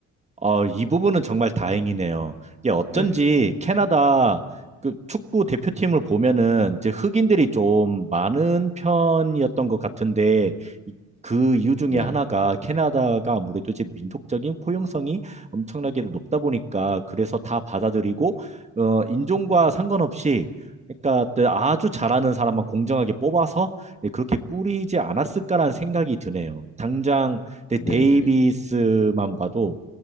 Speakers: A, on the right (about 20°); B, on the left (about 25°).
A: 아, 이 부분은 정말 다행이네요. 이게 어쩐지
B: 네.
A: 캐나다 그 축구 대표팀을 보면은 이제 흑인들이 좀 많은 편이었던 것 같은데 이- 그 이유 중에
B: 네.
A: 하나가 캐나다가 아무래도 이제 민족적인 포용성이 엄청나게 높다 보니까 그래서 다 받아들이고 어, 인종과 상관없이 그러니까 또 아주 잘하는 사람만 공정하게 뽑아서 예, 그렇게 꾸리지 않았을까라는 생각이 드네요. 당장 데-
B: 네,
A: 데이비스만
B: 네.
A: 봐도